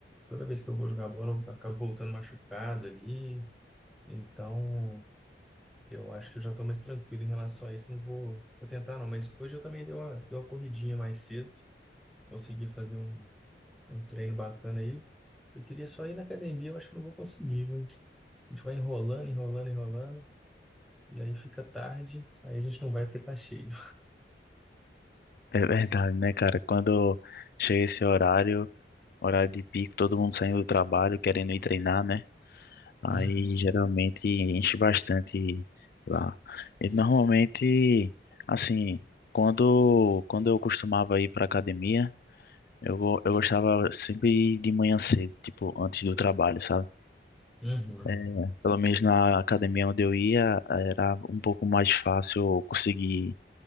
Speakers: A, in the centre; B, on the left.
A: Toda vez que eu vou jogar bola, eu acabo voltando machucado ali. Então, eu acho que eu já tô mais tranquilo em relação a isso. Não vou, vou tentar, não. Mas hoje eu também dei uma, dei uma corridinha mais cedo. Consegui fazer um, um treino bacana aí. Eu queria só ir na academia, eu acho que não vou conseguir, viu? A gente vai enrolando, enrolando, enrolando. E aí fica tarde, aí a gente não vai porque tá cheio.
B: É verdade, né, cara? Quando chega esse horário, horário de pico, todo mundo saindo do trabalho, querendo ir treinar, né? Aí
A: Uhum,
B: geralmente enche bastante lá. E normalmente, assim, quando, quando eu costumava ir para academia, eu, go- eu gostava sempre de ir de manhã cedo, tipo, antes do trabalho, sabe?
A: uhum.
B: É, pelo menos na academia onde eu ia, era um pouco mais fácil conseguir